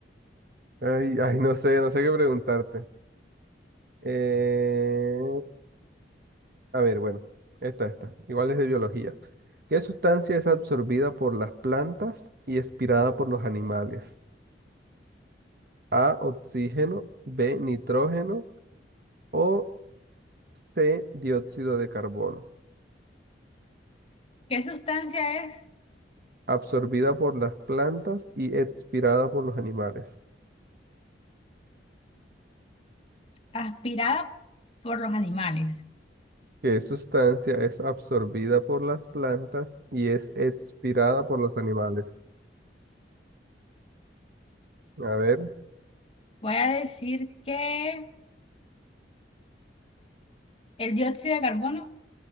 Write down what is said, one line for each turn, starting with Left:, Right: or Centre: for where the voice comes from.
Right: Ay, ay, no sé, no sé qué preguntarte. Eh, a ver, bueno, esta, esta, igual es de biología. ¿Qué sustancia es absorbida por las plantas y expirada por los animales? A, oxígeno, B, nitrógeno o C, dióxido de carbono.
Left: ¿Qué sustancia es
Right: Absorbida por las plantas y expirada por los animales.
Left: aspirada por los animales?
Right: que sustancia es absorbida por las plantas y es expirada por los animales? A ver,
Left: Voy a decir que el dióxido de carbono